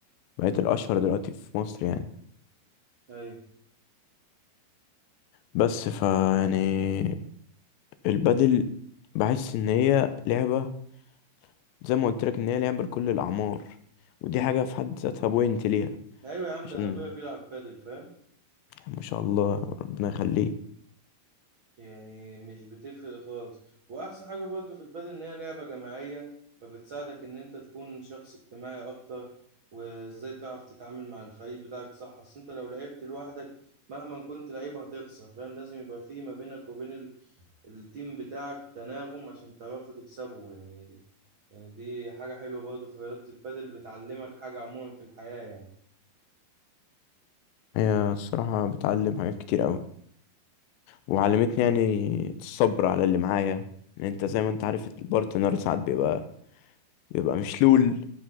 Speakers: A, on the left; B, on the right.
A: بقت الاشهر دلوقتي في مصر يعني
B: ايوه
A: بس فا يعني البدل بحس ان هي لعبة زي ما قلت لك ان هي لعبة لكل الاعمار ودي حاجة في حد ذاتها بوينت ليها
B: ايوه يا عم
A: عشان
B: ده انا ابويا بيلعب بادل فاهم
A: ما شاء الله ربنا يخليه
B: يعني مش بتفرق خالص واحسن حاجة برضه في البادل ان هي لعبة جماعية فبتساعدك ان انت تكون شخص اجتماعي اكتر وازاي تعرف تتعامل مع الفريق بتاعك صح اصل انت لو لعبت لوحدك مهما كنت لعيب هتخسر فاهم لازم يبقى في ما بينك وبين ال- التيم بتاعك تناغم عشان تعرفوا تكسبوا يعني يعني دي حاجة حلوة برضه في رياضة البادل بتعلمك حاجة عموما في الحياة يعني
A: هي الصراحة بتعلم حاجات كتير أوي وعلمتني يعني الصبر على اللي معايا يعني انت زي ما انت عارف البارتنر ساعات بيبقى بيبقى مشلول